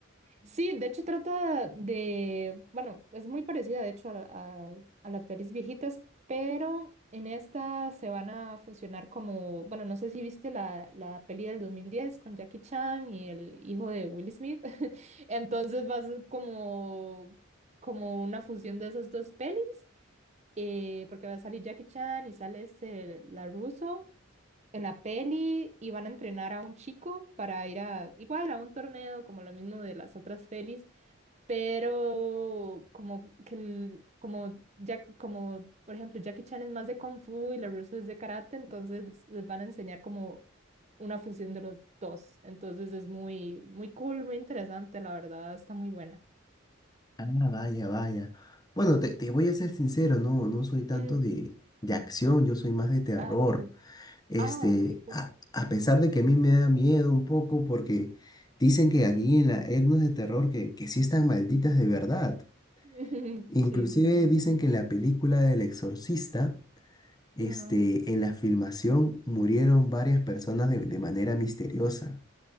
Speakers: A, on the right; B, on the left.
A: Sí, de hecho trata de, bueno, es muy parecida de hecho a, a, a las pelis viejitas, pero en esta se van a funcionar como, bueno, no sé si viste la, la peli del 2010 con Jackie Chan y el hijo de Will Smith, <laughs> entonces va a ser como, como una fusión de esas dos pelis, eh, porque va a salir Jackie Chan y sale este, la Russo en la peli y van a entrenar a un chico para ir a, igual a un torneo como lo mismo de las otras pelis pero como que el- como ya como por ejemplo Jackie Chan es más de kung fu y la rusa es de karate, entonces les van a enseñar como una fusión de los dos. Entonces es muy muy cool, muy interesante, la verdad, está muy buena.
B: Ah, vaya, vaya. Bueno, te, te voy a ser sincero, no, no soy tanto
A: Mm,
B: de, de acción, yo soy más de terror.
A: ah, pero-
B: Este,
A: ah, qué cool.
B: a, a pesar de que a mí me da miedo un poco porque dicen que
A: Ujú.
B: aquí en la etnos de terror que, que sí están malditas de verdad.
A: <laughs>
B: Inclusive
A: Sí, sí, sí.
B: dicen que en la película del Exorcista, este,
A: Ajá,
B: en la filmación murieron varias personas de, de manera misteriosa.